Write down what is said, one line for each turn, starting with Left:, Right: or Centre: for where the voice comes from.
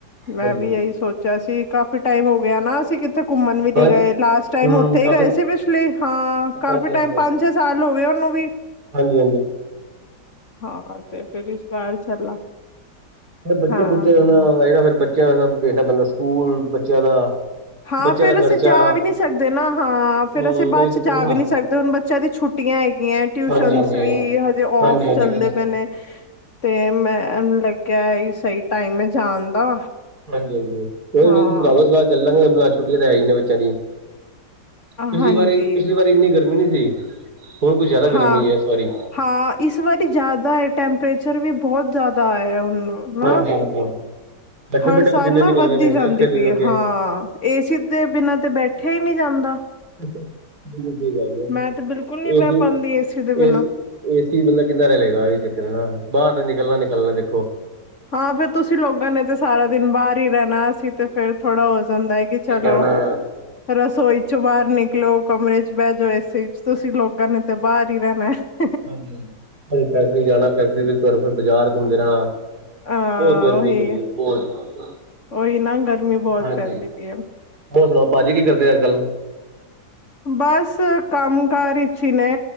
Left: ਮੈਂ
Right: ਹਾਂਜੀ
Left: ਵੀ
Right: ਹਾਂਜੀ
Left: ਇਹੀ ਸੋਚ ਅਸੀ ਕਾਫੀ ਟਾਈਮ ਹੋ ਗਿਆ ਨਾ ਅਸੀ ਕਿਥੇ ਘੁੰਮਣ ਵੀ
Right: ਹਾਂਜੀ
Left: ਨ ਗਏ ਲਾਸਟ ਟਾਈਮ
Right: ਹਮ
Left: ਉਥੇ
Right: ਕਾਫੀ
Left: ਹੀ ਗਏ ਸੀ। ਪਿਛਲੀ, ਹਾਂ, ਕਾਫੀ
Right: ਹਾਂਜੀ
Left: ਟਾਈਮ
Right: ਹਾਂਜੀ ਬਸ
Left: ਪੰਜ- ਛੇ ਸਾਲ ਹੋ ਗਏ ਉਹਨੂੰ ਵੀ
Right: ਹਾਂਜੀ
Left: ਹਾਂ ਤੇ ਫਿਰ ਇਸ ਵਾਰ ਚੱਲਾ
Right: ਫ ਬੱਚੇ
Left: ਹਾਂ
Right: ਬੁੱਚੇ ਰਣਾਏ ਫਿਰ ਬੱਚਿਆਂ ਦਾ ਸਭ ਦੇਖਦਾ ਬੰਦਾ, ਸਕੂਲ ਬੱਚਿਆਂ ਦਾ।
Left: ਹਾਂ
Right: ਬੱਚਿਆਂ
Left: ਫੇਰ
Right: ਦਾ ਖਰਚਾ
Left: ਅਸੀਂ ਜਾ ਵੀ ਨੀ ਸਕਦੇ ਨਾ, ਹਾਂ
Right: ਹਮ
Left: ਫੇਰ ਅਸੀਂ ਬਾਅਦ
Right: ਉਹੀ ਚੱਕਰ
Left: ਚ ਜਾ
Right: ਹੈ
Left: ਵੀ
Right: ਨਾ
Left: ਨੀ ਸਕਦੇ, ਹੁਣ ਬੱਚਿਆਂ ਦੀ ਛੁੱ ਛੁੱਟੀਆਂ ਹੈਗੀਆਂ, ਟਿਊਸ਼ਨ
Right: ਹਾਂਜੀ ਹਾਂਜੀ
Left: ਵੀ ਹਜੇ ਔਫ
Right: ਹਾਂਜੀ ਹਾਂਜੀ
Left: ਚੱਲਦੇ
Right: ਬਿਲਕੁਲ ਸਹੀ
Left: ਪਏ
Right: ਗੱਲ
Left: ਨੇ। ਤੇ ਮੈਂ ਨੂੰ ਲੱਗਿਆ ਇਹੀ ਸਹੀ ਟਾਈਮ ਐ ਜਾਣ ਦਾ।
Right: ਹਾਂਜੀ-ਹਾਂਜੀ, ਕੋਈ
Left: ਹਾਂ
Right: ਨੀ ਬਣਾ ਲੋ ਸਲਾਹ ਚੱਲਾਂਗੇ, ਬਲਾ ਛੁੱਟੀਆਂ ਤੇ ਹੈਗੀਆਂ ਨੇ ਬੱਚਿਆਂ ਦੀ। ਪਿਛਲੀ
Left: ਹਾਂਜੀ
Right: ਵਾਰੀ, ਪਿਛਲੀ ਵਾਰੀ ਇੰਨੀ ਗਰਮੀ ਨਹੀਂ ਸੀ, ਹੁਣ ਕੁਛ ਜ਼ਿਆਦਾ
Left: ਹਾਂ
Right: ਗਰਮੀ ਹੈ ਇਸ ਵਾਰੀ
Left: ਹਾਂ, ਇਸ ਵਾਰੀ ਜ਼ਾਦਾ ਈ ਟੈਂਪਰੇਚ ਰੇਚਰ ਵੀ ਬਹੁਤ ਜਿਆਦਾ ਏ ਹੁਣ ਹਨਾ।
Right: ਹਾਂਜੀ ਹਾਂਜੀ ਹਾਂਜੀ ਬੈਠੇ
Left: ਹਰ
Right: ਬੈਠੇ
Left: ਸਾਲ
Right: ਪਸੀਨੇ
Left: ਨਾ
Right: ਨਿਕਲ
Left: ਵੱਦਦੀ
Right: ਰਹੇ ਨੇ
Left: ਜਾਂਦੀ
Right: ਪੱਖੇ
Left: ਪਈ
Right: ਦੇ ਅੱਗੇ
Left: ਐ ਹਾਂ, ਏਸੀ ਦੇ ਬਿਨਾਂ ਤੇ ਬੈ ਉਠਿਆ ਈ ਨਈ ਜਾਂਦਾ।
Right: ਬਿਲਕੁਲ ਸਹੀ ਗੱਲ ਏ,
Left: ਮੈਂ ਤੇ ਬਿਲਕੁਲ ਨਹੀਂ ਬਹਿ
Right: ਏਸੀ-ਏਸੀ
Left: ਪਾਉਂਦੀ ਏਸੀ ਦੇ ਬਿਨਾਂ
Right: ਏਸੀ ਥੱਲੇ ਕਿੰਨਾ ਰਹਿ ਲਏਗਾ, ਇਹੀ ਚੱਕਰ ਨਾ, ਬਾਹਰ ਤੇ ਨਿਕਲਣਾ, ਨਿਕਲਣਾ ਦੇਖੋ
Left: ਹਾਂ ਫੇਰ, ਤੁਸੀਂ ਲੋਕਾਂ ਨੇ ਤੇ ਸਾਰਾ ਦਿਨ ਬਾਹਰ ਫਰੀ ਰਹਿਣਾ, ਅਸੀ ਤੇ ਫੇਰ ਥੋੜਾ ਹੋ ਜਾਂਦਾ ਐ ਕਿ ਚਲੋ
Right: ਜਾਣਾ
Left: ਰਸੋਈ ਚੋਂ ਬਾਹਰ ਨਿਕਲੋ, ਕਮਰੇ ਚ ਬਹਿ ਜੋ ਏਸੀ ਚ, ਤੁਸੀਂ ਲੋਗਾਂ ਨੇ ਤਾਂ ਬਾਹਰ ਹੀ ਰਹਿਣਾ ਏ।
Right: ਹਾਂਜੀ-ਹਾਂਜੀ, ਫੈਕਟਰੀ ਜਾਣਾ ਫੈਕਟਰੀ ਦੀ ਤਰਫੋਂ ਬਾਜ਼ਾਰ ਘੁੰਮਦੇ ਰਹਿਣਾ।
Left: ਹਾਂ
Right: ਬਹੁਤ ਗਰਮੀ
Left: ਉਹੀ
Right: ਬੜੀ ਏ ਬਹੁਤ।
Left: ਉਹੀ ਨਾ ਗਰਮੀ ਬਹੁਤ
Right: ਹਾਂਜੀ,
Left: ਪੈਂਦੀ ਪਈ ਹੈ
Right: ਹੋਰ ਸੁਣਾਓ ਭਾਜੀ ਕੀ ਕਰਦੇ ਅੱਜ-ਕੱਲ।
Left: ਬਸ ਕੰਮ ਕਾਰ ਈਚੀ ਨੇ।